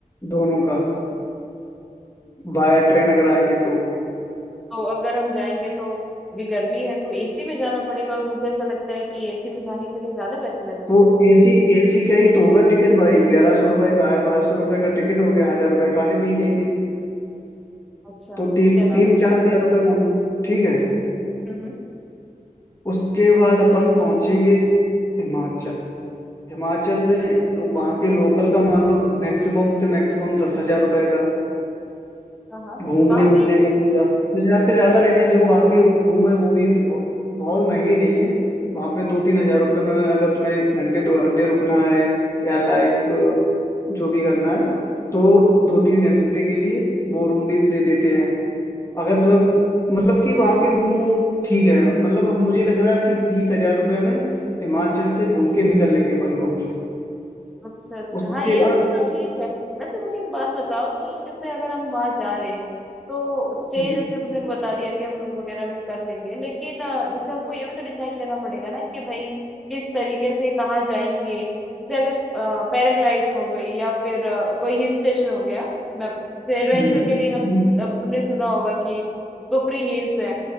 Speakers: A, on the left; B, in the centre.
A: दोनों का
B: अच्छा
A: बाया ट्रेन अगर आएंगे तो
B: तो अगर हम जाएंगे तो भी गर्मी है तो एसी में जाना पड़ेगा और मुझे ऐसा लगता है कि एसी में जाने के लिए ज्यादा पैसे लगेंगे
A: तो एसी एसी का ही तो होगा टिकट भाई ग्यारह सौ रुपए का है बारह सौ रुपए का टिकट हो गया हजार रुपए खाने पीने के
B: अच्छा
A: तो तीन
B: उसके अलावा
A: तीन चार हजार रुपए मान लो ठीक है
B: हम्म हम्म।
A: उसके बाद अपन पहुंचेंगे हिमाचल हिमाचल में लो, वहाँ के लोकल का मान लो मैक्सिमम तो मैक्सिमम दस हजार रुपए का
B: हाँ हाँ
A: घूमने
B: वहाँ
A: उमने
B: पे
A: का पूरा दस हजार से ज्यादा नहीं है देखो वहाँ के रूम है वो भी तो बहु- बहुत महंगी नहीं है वहाँ पे दो तीन हजार रुपए में अगर तुम्हें घंटे दो घंटे रुकना है या लाइक जो भी करना है तो दो तीन घंटे के लिए वो रूम भी दे देते हैं अगर तुम्हें मतलब कि वहाँ के रूम वूम ठीक है मतलब हम मुझे लग रहा है कि बीस हजार रुपए में हिमाचल से घूम के निकल लेंगे अपन लोग
B: अच्छा, अच्छा।
A: उसके
B: हाँ, ये
A: बाद
B: चीज़ तो ठीक है। वैसे मुझे एक बात बताओ कि जैसे अगर हम वहाँ जा रहे हैं, तो स्टे
A: हम्म
B: जैसे तुमने बता दिया कि हम रूम वगैरह में कर लेंगे, लेकिन अ, जैसे हमको ये भी तो डिसाइड करना पड़ेगा ना कि भाई किस तरीके से कहाँ जाएँगे। जैसे अगर अ, पैराग्लाइडिंग हो गई या फिर अ, कोई हिल स्टेशन हो गया, मैं जैसे एडवेंचर
A: हम्म
B: के लिए हम
A: हम्म,
B: अब तुमने सुना होगा कि कुफरी हिल्स है